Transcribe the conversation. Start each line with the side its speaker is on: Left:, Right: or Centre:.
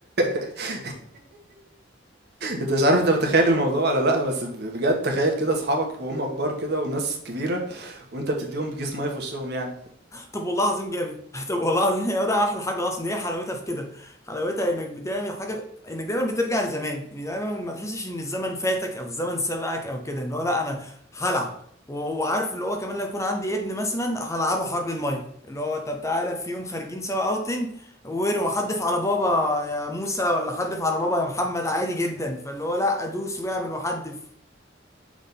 Right: <laughs> أنت مش عارف أنت متخيّل الموضوع والّا لأ، بس ب بجد تخيّل كده أصحابك وهُم كبار كده وناس كبيرة وأنت بتدّيهم بكيس مَيّة في وشّهم يعني.
Left: طب والله العظيم جامد <laughs> طب والله العظيم هي ده احلى حاجه اصلا هي حلاوتها في كده حلاوتها انك بتعمل حاجه انك دايما بترجع لزمان يعني دايما ما تحسش ان الزمن فاتك او الزمن سبقك او كده اللي هو لا انا هلعب و- وعارف اللي هو كمان لو يكون عندي ابن مثلا هلعبه حرب الميه اللي هو طب تعالى في يوم خارجين سوا اوتنج وحدف على بابا يا موسى ولا حدف على بابا يا محمد عادي جدا فاللي هو لا ادوس واعمل وحدف